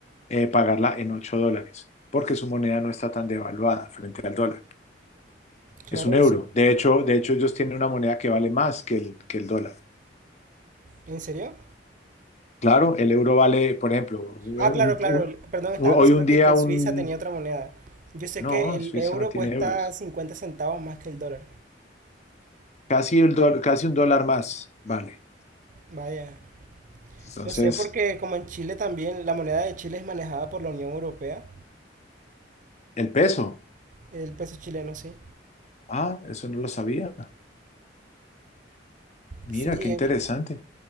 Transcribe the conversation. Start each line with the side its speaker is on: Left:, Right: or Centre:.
Left: eh, pagarla en 8 dólares, porque su moneda no está tan devaluada frente al dólar.
Right: claro,
Left: Es un euro.
Right: eso.
Left: De hecho, de hecho ellos tienen una moneda que vale más que el, que el dólar.
Right: ¿En serio?
Left: Claro, el euro vale, por ejemplo, un-
Right: Ah, claro, claro.
Left: un-
Right: el- Perdón, estaba
Left: hoy
Right: pensando
Left: un
Right: que,
Left: día
Right: que
Left: un...
Right: Suiza tenía otra moneda. Yo sé
Left: No,
Right: que el
Left: Suiza
Right: euro
Left: tiene
Right: cuesta
Left: euros.
Right: 50 centavos más que el dólar.
Left: Casi, el dol- casi un dólar más, vale.
Right: Vaya.
Left: Entonces,
Right: Lo sé porque como en Chile también, la moneda de Chile es manejada por la Unión Europea,
Left: El peso.
Right: el peso chileno, sí.
Left: Ah, eso no lo sabía. Mira,
Right: Sí,
Left: qué interesante.
Right: es-